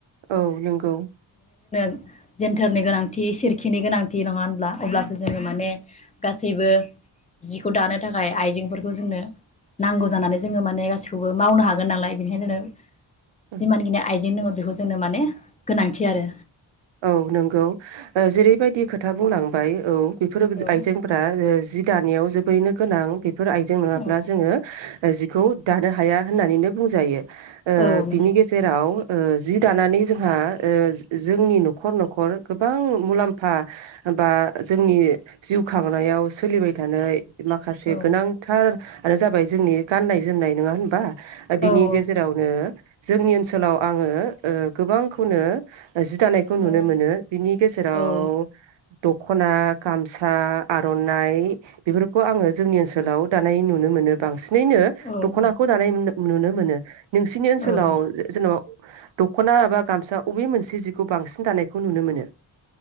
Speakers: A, on the right; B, on the left.
A: औ नोंगौ
B: जेन्थोरनि गोनांथि सेरखिनि गोनांथि नङा होनब्ला? अब्लासो जोङो माने गासैबो जिखौ दानो थाखाय आइजेंफोरखौ जोंनो नांगौ जानानै जोङो माने गासिखौबो मावनो हागोन नालाय बेखायनो होन
A: औ
B: जिमानखिनि आयजें दोङो बेखौ जोंनो माने गोनांथि आरो
A: औ नोंगौ जेरैबायदि खोथा बुंलांबाय औ बेफोर
B: औ
A: आइजेंफ्रा ओ जि दानायाव जोबैनो गोनां बेफ फोर आइजें नङाब्ला
B: औ
A: जोङो ओ जिखौ दानो हाया होननानैनो बुंजायो । ओ
B: औ नंगौ
A: बिनि गेजेराव ओ जि दानानै जोंहा ओ जो-जोंनि नख खर न'खर गोबां मुलाम्फा बा जोंनि जिउ खांनायाव सोलिबाय थानाय माखासे
B: औ
A: गोनांथार आरो जाबाय जोंनि गाननाय जोमनाय नोङा होनबा? ओ बिनि
B: औ
A: गेजेरावनो जोंनि ओनसोलाव आङो ओ गोबांखौनो जि दा खौ नुनो
B: औ
A: मोनो बिनि गेजेराव
B: औ
A: दख'ना गामसा आरनाइ बेफोरखौ आङो जोंनि ओनसोलाव दानाय नुनो मोनो बांसिन। नै नो
B: औ
A: दख'नाखौ दानाय नुनो नुनो मोनो। नोंसिनि ओनसोलाव
B: औ ओ
A: जे-जेन' दख'ना एबा गामसा अबे मोनसे जिखौ बांसि दानायखौ नुनो मोनो?